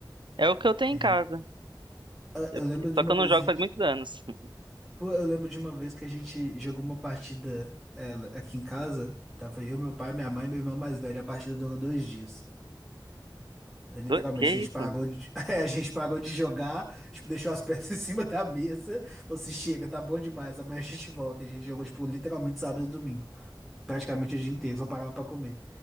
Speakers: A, on the right; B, in the centre.
A: É o que eu tenho
B: E
A: em casa. Eu-
B: Eu lembro de
A: só
B: uma
A: que eu
B: vez
A: não jogo
B: a gente
A: faz muitos anos. <laughs>
B: Pô, eu lembro de uma vez que a gente jogou uma partida ela, aqui em casa. Tava eu, meu pai, minha mãe e meu irmão mais velho. A partida durou dois dias. Literalmente,
A: Do... Que
B: a gente
A: isso?
B: pagou de, <laughs> a gente pagou de jogar, tipo, deixou as <laughs> peças em cima da mesa. Falou assim, chega, tá bom demais, amanhã a gente volta. E a gente jogou, tipo, literalmente sábado e domingo. Praticamente o dia inteiro, só parava pra comer.